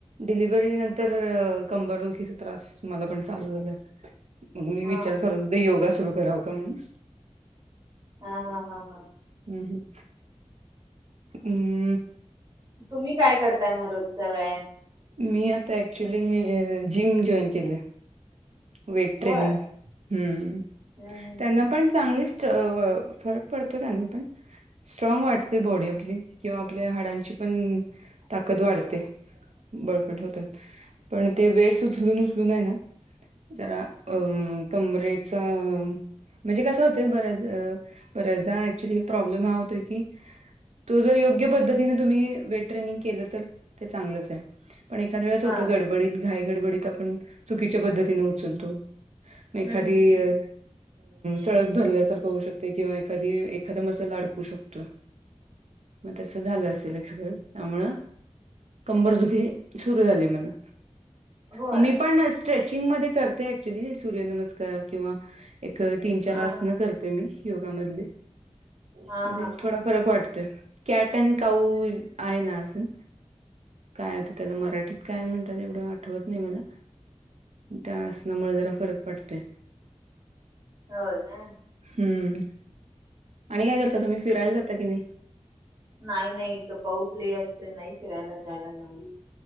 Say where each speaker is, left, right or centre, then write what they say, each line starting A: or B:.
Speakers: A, on the right; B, on the right.
A: डिलिव्हरी नंतर कंबरदुखीचा त्रास मला पण चालू झालाय. मग मी
B: हा
A: विचार करत होते, योगा सुरु कराव का म्हणून?
B: हा हा हा हा.
A: हम्म, हम्म. हम्म.
B: तुम्ही काय करताय मग रोजचा व्यायाम?
A: मी आता ऍक्च्युली जिम जॉईन केलीय. वेट
B: होय
A: ट्रेनिंग हम्म,
B: हम्म हम्म
A: त्यांन
B: हम्म हम्म.
A: पण चांगलीच त व फरक पडतो त्यांनी पण. स्ट्राँग वाटते बॉडी आपली किंवा आपल्या हाडांची पण ताकद वाढते. बळकट होतात, पण ते वेट्स उचलून उचलून आहे ना जरा अं कमरेचा म्हणजे कस होतय बऱ्याच बऱ्याचदा ऍक्च्युली प्रॉब्लेम हा होतोय की? तो जर योग्य पद्धतीने तुम्ही वेट ट्रेनिंग केलं, तर ते चांगलंच आहे. पण एखाद्या वेळेस होतं
B: हा
A: गडबडीत घाई गडबडीत, आपण चुकीच्या पद्धतीने उचलतो.
B: हम्म
A: मग एखादी
B: हम्म
A: अ
B: हम्म
A: सळक भरल्यासारखं होऊ शकतय किंवा एखादी एखादं मसल्स अडकू शकतोय. मग तसं झालं असेल एखाद्या वेळेस त्यामुळं कंबर दुखी सुरू झाली मले.
B: होय
A: मग मी पण स्ट्रेचिंग मध्ये करते ऍक्च्युली सूर्यनमस्कार किंवा? एक तीन चार
B: हा
A: आसनं
B: हा
A: करते मी योगा मधली. म्हणजे
B: हा हा हा
A: थोडा
B: हा
A: फरक वाटतोय कॅट आण काऊ आहे ना आसन. काय आत त्याला मराठीत काय म्हणतात एवढं आठवत नाही मला त्या? त्यामुळे जरा फरक पडतोय.
B: हो का हम्
A: हं.
B: ह.
A: आणि काय करता? तुम्ही फिरायला जाता कि नाही?
B: नाही, नाही, इथ पाऊस ल असते. नाही फिरायला जायला जाम त.